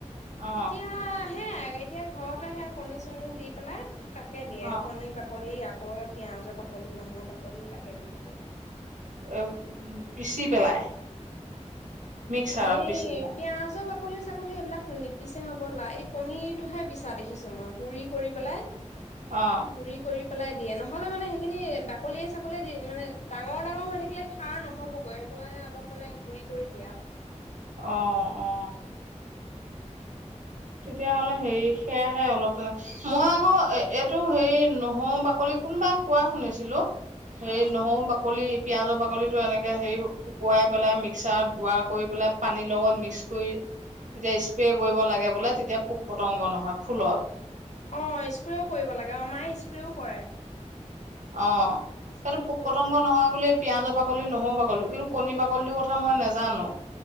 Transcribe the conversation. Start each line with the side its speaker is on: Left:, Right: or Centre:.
Right: অ
Left: এতিয়া হে এতিয়া ঘৰতেহে কণী চণী দি পেলাই তাকে দিয়ে
Right: অ
Left: কণী বাকলি। আকৌ পিয়াজৰ বাকলি নহৰু বাকলি তাকে দিয়ে এতিয়া।
Right: এ পিচি পেলাই। মিক্সাৰত
Left: হেই
Right: পিচি পেলাই
Left: পিয়াজৰ বাকলি চাকলি এইবিলাক নিপিচে হব লা কণীতটোহে পিছা দেখিছো মই গুৰি কৰি পেলাই
Right: অ
Left: গুৰি কৰি পেলাই দিয়ে নহলে মানে সেইখিনি বাকলিয়ে চাকলিয়ে দি মানে ডাঙৰ ডাঙৰ হৈ থাকিলে খাৰ নহ'বগৈ সেইটো কাৰণে অলপ মানে গুৰি কৰি দিয়ে আৰু
Right: অ অ তেতিয়াহলে হেৰি সেয়াহে অলপ তেনে মই আকৌ এইটো হেৰি নহৰু বাকলি কোনোবাই কোৱা শুনিছিলো সেই
Left: অ
Right: নহৰু বাকলি পিয়াজৰ বাকলিটো এনেকে হেৰি শুকুৱাই পেলাই মিক্সাৰত গুৰা কৰি পেলাই পানীৰ লগত মিক্স কৰি তেতিয়া স্প্ৰে কৰিব লাগে বোলে তেতিয়া পোক পতংগ নহয় ফুলত।
Left: অ স্প্ৰেও কৰিব লাগে। মাই স্প্ৰেও কৰে
Right: অ।
Left: স্প্ৰেও
Right: হেটো পোক
Left: কৰিব
Right: পটংগ
Left: লাগে
Right: নহয় বুলি পিঁয়াজৰ বাকলি নহৰু বাকলি কিন্তু কণী বাকলিটোৰ কথা মই নেজানো।